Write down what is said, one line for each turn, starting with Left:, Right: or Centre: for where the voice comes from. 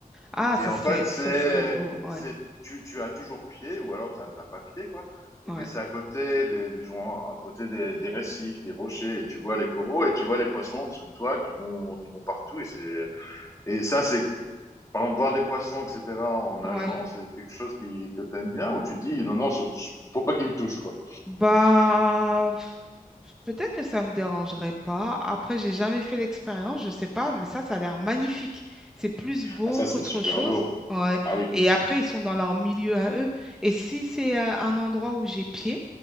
Centre: Ah, ça
Left: Et en
Centre: serait,
Left: fait, c'est,
Centre: ça serait beau. Ouais,
Left: c'est, tu, tu as toujours pied, ou alors t'as t'as pas pied, quoi. Et
Centre: ouais,
Left: mais c'est à côté des, des gens, à côté des, des récifs, des rochers, et tu vois les coraux, et tu vois les poissons en dessous de toi qui vont, qui vont partout, et c'est, et ça, c'est, par exemple, voir des poissons, etc., en nageant,
Centre: ouais.
Left: c'est quelque chose qui, que t'aimes bien, où tu dis, non, non, surtout, faut pas qu'ils me touchent, quoi.
Centre: Bah, pff, peut-être que ça me dérangerait pas. Après, j'ai jamais fait l'expérience, je sais pas, mais ça, ça a l'air magnifique. C'est plus beau
Left: Ah, ça,
Centre: qu'autre
Left: c'est super
Centre: chose.
Left: beau.
Centre: Ouais.
Left: Ah oui.
Centre: Et après, ils sont dans leur milieu à eux. Et si c'est euh, un endroit où j'ai pied,